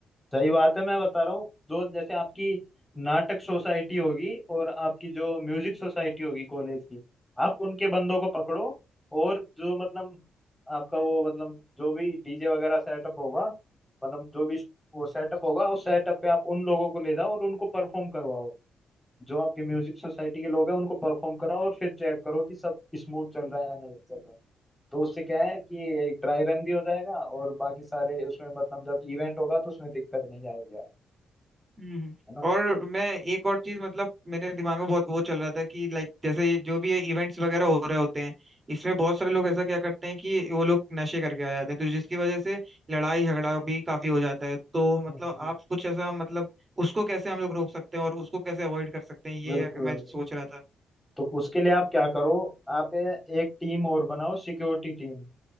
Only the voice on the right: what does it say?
हम्म
और मैं एक और चीज मतलब मेरे दिमाग में बहुत वो चल रहा था कि लाइक जैसे ये जो भी ये इवेंट्स वगैरह हो रहे होते हैं इसमें बहुत सारे लोग ऐसा क्या करते हैं कि वो लोग नशे करके आ जाते हैं तो जिसकी वजह से लड़ाई झगड़ा भी काफी हो जाता है तो मतलब
आप कुछ ऐसा मतलब उसको कैसे हम लोग रोक सकते हैं और उसको कैसे अवॉइड कर सकते हैं ये
अगर मैं
सोच रहा था